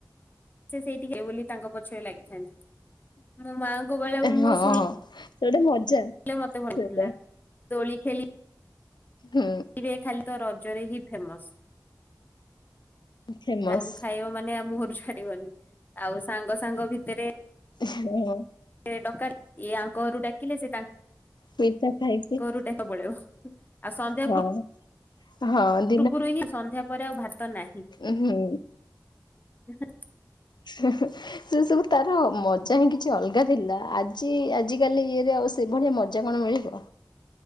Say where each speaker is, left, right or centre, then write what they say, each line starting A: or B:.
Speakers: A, on the left; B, on the left.
A: ସେ ସେଇଠିକି ବୋଲି ତାଙ୍କ ପଛରେ ଲାଗିଥାନ୍ତି। ମୋ ମାଆଙ୍କ ବେଳେ ମୁଁ
B: ହଁ
A: ଶୁଣ
B: ହଁ ସେଟା ମଜା।
A: ମତେ ଭଲଥିଲା
B: ସେଟା
A: ଦୋଳି ଖେଳି
B: ହୁଁ।
A: ଏବେ ଖାଲି ତ ରଜରେ ହିଁ ଫେମସ୍।
B: ଫେମସ
A: <unintelligible> ଖାଇବ ମାନେ ଆଉ ମୁହଁରୁ ଛାଡିବନି ଆଉ ସାଙ୍ଗ ସାଙ୍ଗ ଭିତରେ
B: ହଁ ହଁ।
A: ଏ ଡକାତ୍ ଇଏ ଆଙ୍କ ଘରୁ ଡାକିଲେ ସେ ତାଙ୍କ
B: ପିଠା ଖାଇକି
A: ଘରୁ ଡାଯିବାକୁ ପଳେଇବ ଆଉ ସନ୍ଧ୍ୟା
B: ହଁ
A: ପୁର
B: ହଁ।
A: ପୁର୍ବୁ ହିଁ ସନ୍ଧ୍ୟା ପରେ ଆଉ ଭାତ ନାହିଁ।
B: ଉ ହୁଁ।
A: <inaudible>
B: ହୁଁ ହୁଁ। ସେ ସବୁ ତାର ମଜା ହିଁ କିଛି ଅଲଗା ଥିଲା ଆଜି ଆଜିକାଲି ଇଏରେ ଆଉ ସେଭଳିଆ ମଜା କଣ ମିଳିବ।